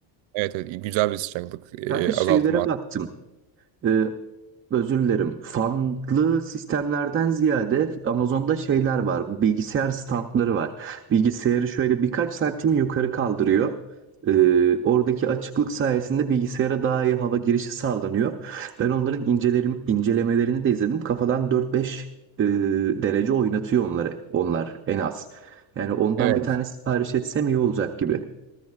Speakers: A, on the right; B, on the right.
A: evet, evet güzel bir sıcaklık e,
B: Kanka şeylere
A: azaltımı
B: baktım. e, özür dilerim. Fanlı sistemlerden ziyade Amazon'da şeyler var. Bilgisayar standları var. Bilgisayarı şöyle birkaç santim yukarı kaldırıyor. E, oradaki açıklık sayesinde bilgisayara daha iyi hava girişi sağlanıyor. Ben onların incelerim, incelemelerini de izledim. Kafadan 4-5 e, derece oynatıyor onları, onlar en az. Yani ondan
A: Evet.
B: bir Hmm. tane sipariş etsem iyi olacak gibi.